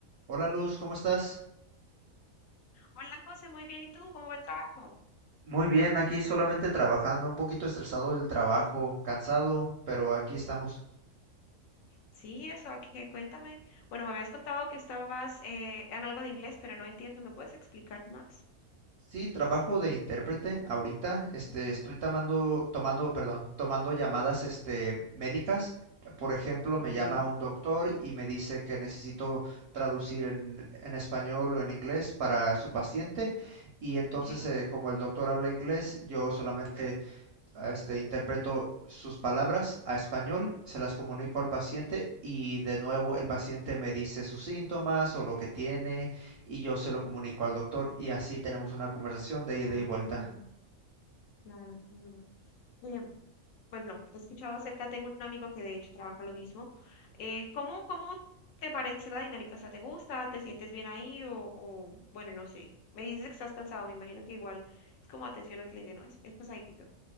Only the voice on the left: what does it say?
Hola José, muy bien. ¿Y tú? ¿Cómo va el trabajo?
Sí, eso, aquí, cuéntame. Bueno, me habías contado que estabas eh, en algo de inglés, pero no entiendo. ¿Me puedes explicar más?
Ujú,
Ok,
ok.
Oh,
claro, claro. Oye, bueno, he escuchado acerca, tengo un amigo que de hecho trabaja lo mismo. Eh, ¿cómo, cómo te parece la dinámica? O sea, ¿te gusta? ¿Te sientes bien ahí? O, o, bueno, no sé. Me dices que estás cansado, me imagino que igual es como atención al cliente, ¿no? Es, es pesadito.